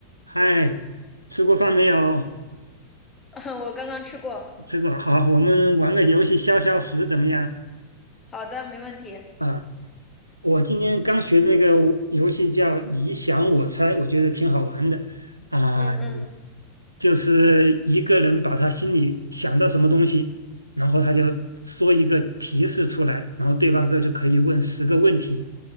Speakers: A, on the right (about 85°); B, on the left (about 20°).
A: 嗨，吃过饭没有？
B: <laughs> 我刚刚吃过。
A: 这个好，我们玩个游戏消消食怎么样？
B: 好的，没问题。
A: 啊，我今天刚学的那个游戏叫“你想我猜”，我觉得挺好玩的。啊，
B: 嗯嗯，
A: 就是一个人把他心里想到什么东西，然后他就说一个提示出来，然后对方哥就可以问十个问题，